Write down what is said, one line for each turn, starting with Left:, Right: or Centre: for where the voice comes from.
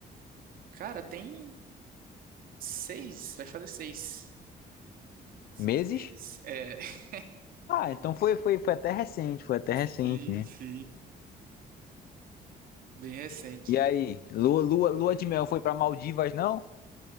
Right: Cara, tem seis, vai fazer seis, seis
Left: Meses?
Right: meses. É, <laughs>
Left: Ah, então foi, foi, foi até recente, foi até
Right: sim,
Left: recente, né?
Right: sim. Bem recente.
Left: E aí, lua, lua, lua de mel foi para Maldivas, não?